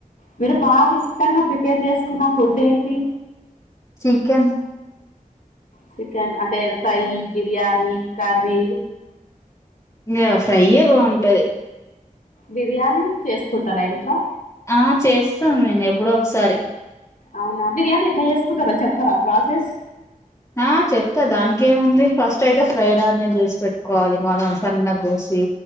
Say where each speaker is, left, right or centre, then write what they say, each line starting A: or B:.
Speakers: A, on the left; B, on the left.
A: మీరు బాగా ఇష్టంగా ప్రిపేర్ చేసుకున్న ఫుడ్ ఏంటి
B: చికెన్
A: చికెన్ అంటే ఫ్రై బిర్యానీ కర్రీ
B: ఇంగ ఫ్రైయే బాగుంటది
A: బిర్యానీ చేసుకుంటరా ఇంట్లో
B: ఆ చేస్తాను నేను ఎప్పుడో ఒకసారి
A: అవునా బిర్యానీ ఎట్లా చేసుకుతారో చెప్పారా ప్రాసెస్
B: ఆ చెప్తా దానినికెముంది ఫస్ట్ అయితే ఫ్రైడ్ ఆనియన్ చేసి పెట్టుకోవాలి మనం సన్న కోసి